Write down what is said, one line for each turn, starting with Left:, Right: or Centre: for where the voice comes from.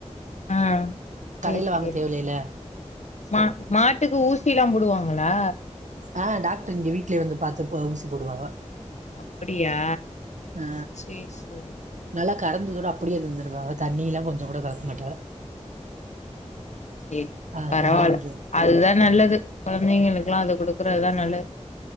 Left: ஆ சேரி
Right: கடையில வாங்க
Left: சேரி
Right: தேவல்லேல
Left: மா மாட்டுக்கு ஊசில்லா போடுவாங்களா
Right: ஆ டாக்டர் இங்க வீட்ல இருந்து பாத்து ஊசி போடுவாங்க.
Left: அப்படியா
Right: ஆ
Left: சேரி சேரி
Right: நல்லா கறந்ததோட அப்படியே தந்துருவாங்க தண்ணி எல்லா கொஞ்சோ கூட கலக்க மாட்டா
Left: சேரி
Right: அதனால
Left: பரவால்ல,
Right: இங்க
Left: அதுதா நல்லது கொழந்தைங்களுக்குல்லா அது குடுக்குறத நல்லது